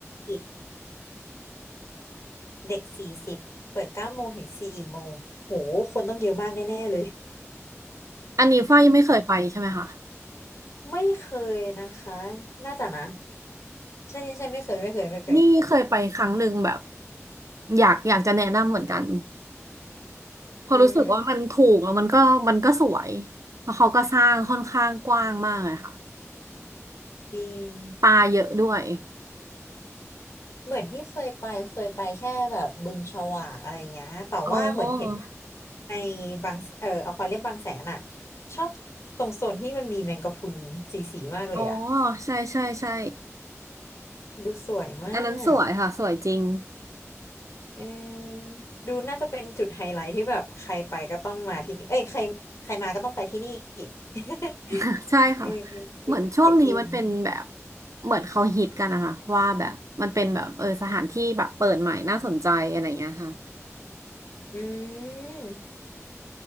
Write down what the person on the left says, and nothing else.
ปิดเด็กสี่สิบเปิดเก้าโมงถึงสี่โมงโหคนต้องเยอะมากแน่ๆเลย
ไม่เคยนะคะน่าจะนะใช่ใช่ใช่ไม่เคยไม่เคยไม่เคย
อืม
จริง
เหมือนที่เคยไปเคยไปแค่แบบบึงฉวากอะไรเงี้ย แต่ว่าเหมือนเห็นภาพ
ในบางเอ่ออควาเรียมบางแสนอ่ะชอบตรงโซนที่มันมีแมงกะพรุนสีสีมากเลยอ่ะ
ดูสวยมาก
เออดูน่าจะเป็นจุดไฮไลท์ที่แบบใครไปก็ต้องมาที่เอ้ยใครใครมาก็ต้องไปที่นี่ <laughs>
เออเป็นจุดเช็คอิน
อืม